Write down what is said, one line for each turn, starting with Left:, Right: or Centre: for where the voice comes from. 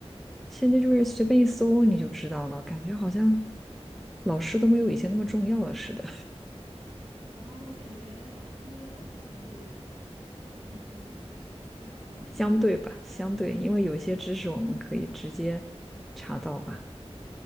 Centre: 现在就是随便一搜你就知道了，感觉好像老师都没有以前那么重要了似的。
Right: 哦，我感觉老师老师还是还还是挺挺重要的。
Centre: <laughs>
Right: <laughs>
Centre: 相对吧，相对，因为有些知识我们可以直接查到吧。